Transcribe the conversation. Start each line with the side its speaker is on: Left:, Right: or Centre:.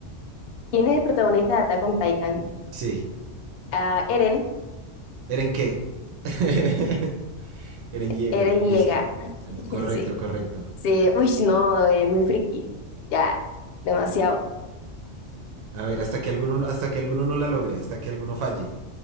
Left: ¿Quién es el protagonista de Attack on Titan?
Right: Sí,
Left: Ah, Eren,
Right: ¿Eren qué? <laughs> Eren Yeager,
Left: Eren
Right: listo.
Left: llega. <laughs>
Right: Bueno, correcto,
Left: Sí.
Right: correcto.
Left: Sí, uy, no, eh, muy friki. Ya, demasiado.
Right: A ver, hasta que alguno, hasta que alguno no la logre, hasta que alguno falle.